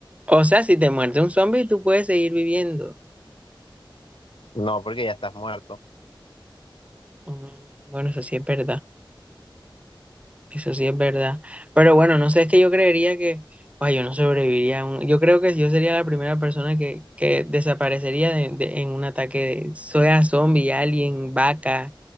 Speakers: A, on the right; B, on the left.
A: O sea, si te muerde un zombie, tú puedes seguir viviendo.
B: No, porque ya estás muerto.
A: Mm, Bueno, eso sí es verdad. Eso sí es verdad. Pero bueno, no sé, es que yo creería que, ay, yo no sobreviviría. a un- yo creo que yo sería la primera persona que, que desaparecería de- de- en un ataque de, sea zombie, alien, vaca,